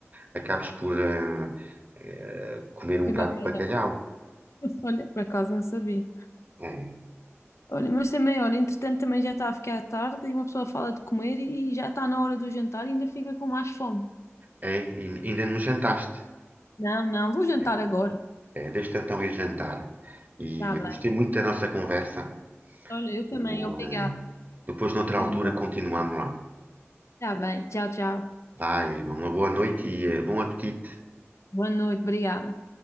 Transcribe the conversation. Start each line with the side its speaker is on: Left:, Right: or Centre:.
Right: acabes por eh, eh, comer um
Left: É
Right: prato
Left: bacana.
Right: de bacalhau.
Left: <laughs> Olha, por acaso não sabia.
Right: É,
Left: Olha, mas também, olha, entretanto também já está a ficar tarde e uma pessoa fala de comer e já está na hora do jantar e ainda fica com mais fome.
Right: é, e ainda não jantaste.
Left: Não, não, vou jantar
Right: É,
Left: agora.
Right: é, deixa-te então ir jantar. E
Left: Tá bem.
Right: eu gostei muito da nossa conversa.
Left: Olha, eu também,
Right: O,
Left: obrigada.
Right: eh, depois, noutra
Left: Tudo
Right: altura,
Left: bom.
Right: continuamos lá.
Left: Tá bem, tchau, tchau.
Right: Vai, uma boa noite e eh, bom apetite.
Left: Boa noite, obrigada.